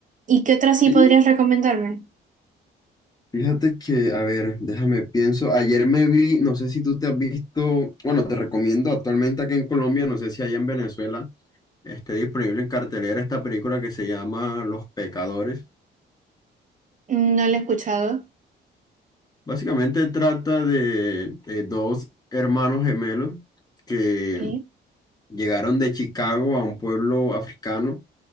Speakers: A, on the right; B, on the left.
A: ¿Y qué otra sí
B: Sí,
A: podrías recomendarme?
B: Fíjate que, a ver, déjame pienso. Ayer me vi, no sé si tú te has visto, bueno, te recomiendo actualmente aquí en Colombia, no sé si allá en Venezuela esté disponible en cartelera esta película que se llama Los Pecadores.
A: Mm, No la he escuchado.
B: Básicamente trata de, eh, dos hermanos gemelos que
A: ¿Qué?
B: llegaron de Chicago a un pueblo africano